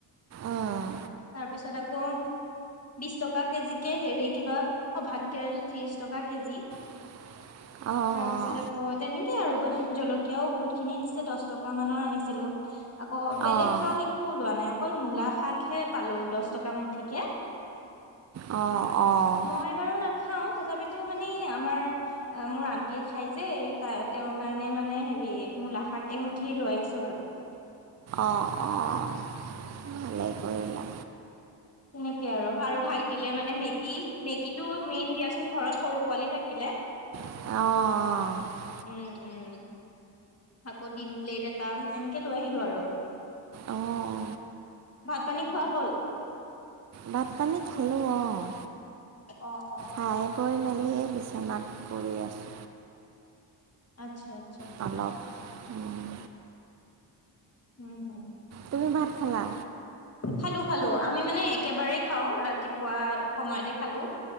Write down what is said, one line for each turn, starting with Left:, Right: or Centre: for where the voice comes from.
Right: উম,
Left: তাৰপিছত আকৌ। বিশ টকা কেজিকে হেৰি কিবা অ' ভাত কেৰেলা ত্ৰিশ টকা কেজি।
Right: <unintelligible> অঁ
Left: তাৰ পিছত আকৌ। তেনেকে আৰু জলকীয়াও বহুত খিনি দিছে দচ টকা মানৰ আনিছিলোঁ। আকৌ বেলেগ
Right: অঁ অঁ
Left: শাক একো ওলোৱা নাই অকল মূলা শাকহে পালোঁ দচ টকা মুঠিকে।
Right: অ', অ'।
Left: মই বাৰু নাখাওঁ তথাপিতো মানে আমাৰ অ' মোৰ আন্টিয়ে খাই যে ত তেওঁৰ কাৰণে মানে হেৰি মূলা শাক এমুঠি লৈ আহিছোঁ আৰু।
Right: অ', অ', অ', ভালেই কৰিলা।
Left: তেনেকেই আৰু। আৰু ভাইটিলে মানে মেগী, মেগীটো মেইন দিয়াচোন ঘৰত সৰু পোৱালী থাকিলে।
Right: অ', অ'।
Left: উম, উম। আকৌ ডিম প্লেট এটা এনেকে লৈ আহিলোঁ আৰু।
Right: অঁ
Left: ভাত পানী খোৱা হল?
Right: ভাতপানীত খালোঁ অ'।
Left: অ', অ'।
Right: খাই বৈ মেলি এই বিচনাত পৰি আছোঁ।
Left: আচ্ছা-আচ্ছা।
Right: <unintelligible> উম,
Left: উম হুম।
Right: তুমি ভাত খালা?
Left: খালো-খালো আমি মানে একেবাৰেই খাও ৰাতিপুৱা সময়তে খালো।